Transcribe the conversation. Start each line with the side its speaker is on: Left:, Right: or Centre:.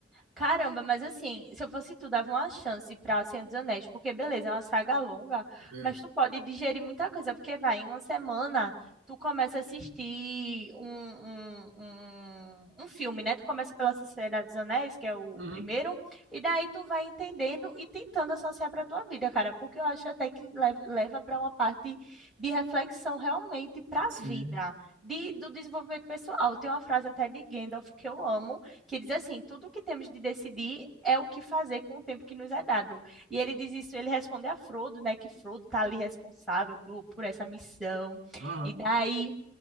Centre: Caramba, mas assim, se eu fosse tu, dava uma chance pra Senhor dos Anéis, porque beleza, é uma saga longa,
Right: É.
Centre: mas tu pode digerir muita coisa, porque vai, em uma semana, tu começa a assistir um, um, um, um filme, né? Tu começa pela Sociedade dos Anéis, que é o,
Right: Uhum.
Centre: o primeiro, e daí tu vai entendendo e tentando associar pra tua vida, cara, porque eu acho até que lev- leva pra uma parte de reflexão realmente pra
Right: Sim.
Centre: vida, de, do desenvolvimento pessoal. Tem uma frase até de Gandalf que eu amo, que diz assim: tudo o que temos de decidir é o que fazer com o tempo que nos é dado. E ele diz isso, ele responde a Frodo, né? Que Frodo está ali responsável por, por essa missão.
Right: Aham.
Centre: E daí,